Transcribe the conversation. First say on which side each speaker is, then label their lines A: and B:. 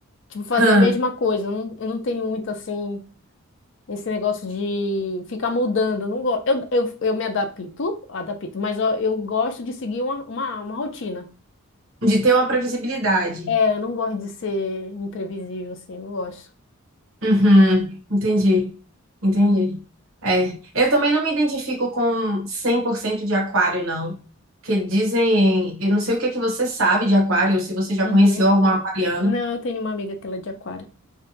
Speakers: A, on the left (about 55°); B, on the right (about 60°).
A: Tipo, fazer
B: Hã.
A: a mesma coisa. Eu não, eu não tenho muito assim, esse negócio de ficar mudando. Eu não gosto. Eu, eu, eu me adapto, adapto, mas ó, eu gosto de seguir uma, uma, uma rotina.
B: De ter uma previsibilidade.
A: É, eu não gosto de ser imprevisível, assim, eu não gosto.
B: Uhum, entendi, entendi. É, eu também não me identifico com 100% de aquário, não. Que dizem, eu não sei o que é que você sabe de aquário, se você já
A: Uhum.
B: conheceu algum aquariano,
A: Não, eu tenho uma amiga que ela é de aquário.